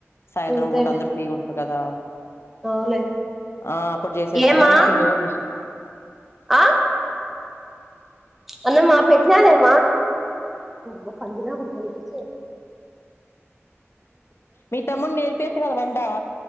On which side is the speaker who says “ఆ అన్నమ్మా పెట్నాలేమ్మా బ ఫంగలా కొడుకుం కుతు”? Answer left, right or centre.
Centre